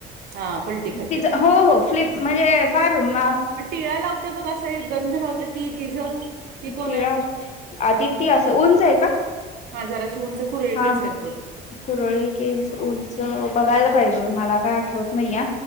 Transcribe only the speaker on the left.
पि हो हो फ्लिप म्हणजे फार म
टिळा
आदिती असं उंच आहे का?
हा
कुरळे केस, उंच बघायला पाहिजे मला काय आठवत नाहीये